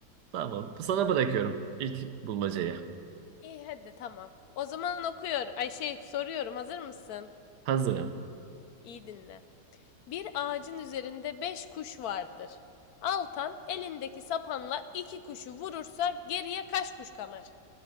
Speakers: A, on the right (about 75°); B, on the left (about 70°).
A: Tamam. Sana bırakıyorum ilk bulmacayı.
B: İyi hadi tamam. O zaman okuyor. Ay şey soruyorum. Hazır mısın?
A: Hazırım.
B: İyi dinle. Bir ağacın üzerinde beş kuş vardır. Altan elindeki sapanla iki kuşu vurursa geriye kaç kuş kalır?